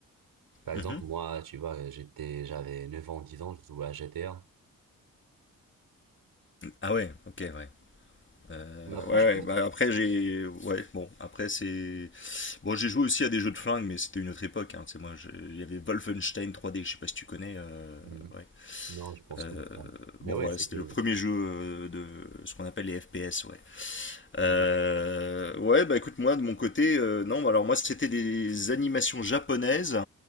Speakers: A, on the right; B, on the left.
A: Par exemple,
B: Mhm.
A: moi, tu vois, j'étais, j'avais 9 ans, 10 ans, je jouais à GTA.
B: Ah ouais, ok, ouais. Euh,
A: Mais après,
B: ouais, ouais,
A: je pense...
B: bah après j'ai, ouais, bon, après c'est, Bon, j'ai joué aussi à des jeux de flingue, mais c'était une autre époque. Hein. Tu sais, moi, je- il y avait Wolfenstein 3D, je sais pas si tu connais. euh,
A: Hmm.
B: ouais.
A: Non, je pense
B: Euh,
A: pas. Mais
B: bon,
A: ouais,
B: voilà,
A: c'est
B: c'était
A: que...
B: le premier jeu euh, de ce qu'on appelle les FPS, ouais. Euh,
A: Hmm.
B: ouais, bah écoute, moi, de mon côté, euh, non, alors moi, c'était des animations japonaises,